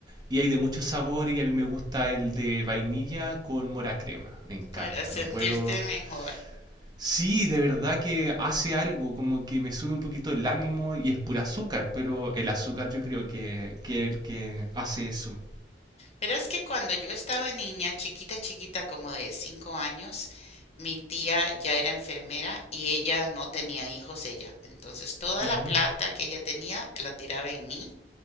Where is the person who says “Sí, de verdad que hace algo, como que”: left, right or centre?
Right